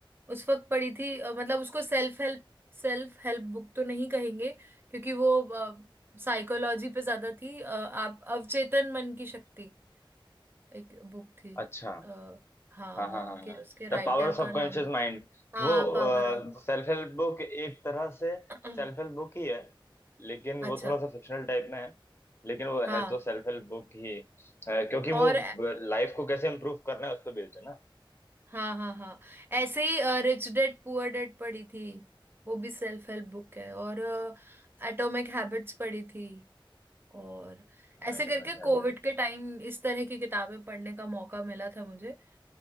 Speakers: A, on the right; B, on the left.
A: उस वक्त पढ़ी थी अ, मतलब उसको सेल्फ हेल्प सेल्फ हेल्प बुक तो नहीं कहेंगे क्योंकि वो साइकोलॉजी पे ज्यादा थी अ, आप अवचेतन मन की शक्ति एक बुक थी
B: अच्छा
A: आ, हाँ
B: हाँ
A: मैं
B: हाँ
A: उनके
B: हाँ हाँ
A: उसके राइटर
B: The power of subconscious
A: का नाम
B: mind
A: हाँ
B: वो
A: पावर ऑफ
B: सेल्फ हेल्प बुक एक तरह से
A: <clears throat>
B: सेल्फ हेल्प बुक ही है लेकिन वो
A: अच्छा
B: थोड़ा सा फिक्शनल टाइप में है लेकिन वो
A: हाँ
B: है तो सेल्फ हेल्प बुक ही अ, क्योंकि
A: और
B: वो लाइफ को कैसे इम्प्रूव करना है उस पर बेस्ड है ना
A: हाँ हाँ हाँ ऐसे ही रिच डेड पुअर डेड पढ़ी थी वो भी सेल्फ हेल्प बुक है और एटॉमिक हैबिट्स पढ़ी थी और ऐसे
B: Atomic
A: करके कोविड
B: habit
A: के टाइम इस तरह की किताबें पढ़ने का मौका मिला था मुझे